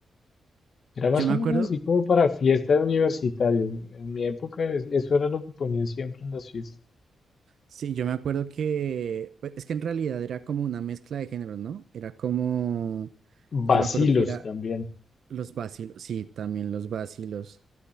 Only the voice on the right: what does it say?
Yo me
acuerdo.
Sí, yo me acuerdo que, pues, es que en realidad era como una mezcla de géneros, ¿no? Era como,
yo me acuerdo que era
los vacilos, sí, también los vacilos.